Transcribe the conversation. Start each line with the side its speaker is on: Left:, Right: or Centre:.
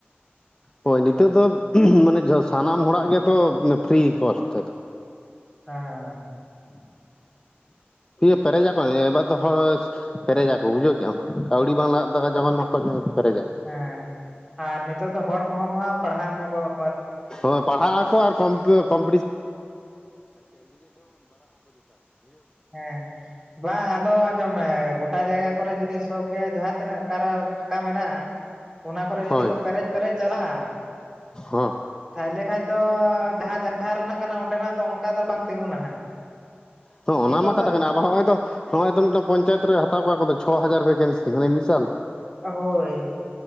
Left: ᱦᱳᱭ ᱱᱤᱛᱚᱜ ᱫᱚ ᱩᱦᱩᱢᱻ ᱢᱟᱱᱮ ᱡᱷᱚ ᱥᱟᱱᱟᱢ ᱦᱚᱲᱟᱜ ᱜᱮᱛᱚ ᱩᱢ ᱯᱷᱨᱤ ᱠᱚᱥ ᱛᱮᱛᱚ᱾
Right: ᱦᱮᱸᱻ
Left: ᱤᱭᱟᱹ ᱯᱮᱨᱮᱡᱟᱠᱚ ᱮ ᱮᱵᱟᱨ ᱫᱚ ᱦᱚᱲ ᱚᱥ ᱯᱮᱨᱮᱡᱟᱠᱚ ᱵᱩᱡᱷᱟᱹᱣ ᱠᱮᱜᱼᱟᱢ᱾ ᱠᱟᱣᱰᱤ ᱵᱟᱝ ᱞᱟᱜ ᱫᱟ ᱡᱚᱢᱚᱱ ᱱᱚᱠᱚ ᱱᱚᱭ ᱯᱨᱮᱡᱟ
Right: ᱦᱮᱸᱻ ᱟᱨ ᱱᱤᱛᱚᱜ ᱫᱚ ᱦᱚᱲ ᱠᱚᱦᱚᱸ ᱠᱚ ᱦᱟᱸᱜ ᱯᱟᱲᱦᱟᱣ ᱧᱚᱜᱚᱜᱼᱠᱚ᱾
Left: ᱦᱚᱭ ᱯᱟᱲᱦᱟᱜ ᱟᱠᱚ ᱟᱨ ᱠᱚᱢ
Right: ᱦᱮᱸᱻᱵᱟᱝ ᱟᱫᱚ ᱟᱡᱽᱢ ᱢᱮ ᱠᱟ ᱡᱟᱭᱜᱟ ᱠᱚᱨᱮ ᱡᱩᱫᱤ ᱥᱚᱵᱽ ᱜᱮ ᱡᱟᱦᱟᱸ ᱛᱤᱱᱟᱹᱜ ᱠᱟᱨᱟ ᱯᱷᱟᱠᱟ ᱢᱮᱱᱟᱜᱼᱟ᱾ ᱚᱱᱟ ᱠᱚᱨᱮ ᱡᱩᱫᱤ
Left: ᱦᱳᱭ
Right: ᱠᱚ ᱯᱮᱨᱮᱡ ᱯᱮᱨᱮᱡ ᱪᱟᱞᱟᱜᱼᱟ,
Left: ᱦᱚᱸ
Right: ᱛᱟᱦᱮᱞᱮ ᱠᱷᱟᱡ ᱫᱚ ᱡᱟᱦᱟᱸ ᱡᱟ ᱡᱟ ᱨᱮᱱᱟᱜ ᱠᱟᱱᱟ ᱚᱸᱰᱮᱱᱟᱜ ᱫᱚ ᱚᱱᱠᱟ ᱫᱚ ᱵᱟᱝ ᱛᱤᱸᱜᱩᱱᱟ ᱦᱟᱸᱜ᱾
Left: ᱦᱚᱸ
Right: ᱱᱤᱛᱚᱜ
Left: ᱚᱱᱟ ᱢᱟ
Right: ᱫᱚ
Left: ᱠᱟᱛᱷᱟ ᱠᱟᱱᱟ ᱟᱵᱟᱨ ᱦᱚᱸᱜᱼᱚᱭ ᱛᱚ ᱦᱚᱸᱼᱚᱭ ᱛᱚ ᱢᱤᱫᱴᱟᱝ ᱯᱚᱧᱪᱟᱭᱮᱛ ᱨᱮ ᱦᱟᱛᱟᱣ ᱠᱚᱣᱟ ᱠᱚ ᱛᱚ ᱪᱷᱚ ᱦᱟᱡᱟᱨ ᱵᱷᱮᱠᱮᱱᱥᱤ ᱛᱮ ᱠᱷᱟᱱᱮ ᱢᱤᱥᱟᱞ
Right: ᱚ ᱦᱳᱭ